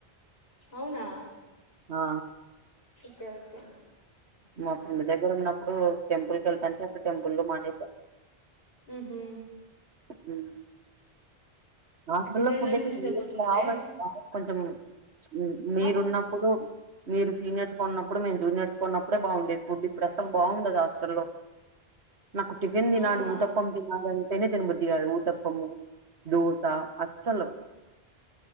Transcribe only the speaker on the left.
అవునా
ఓకే ఓకే
ఊహు
బిర్యానీలని
మిస్ అయిపోతున్నారే
ఆ
అవునా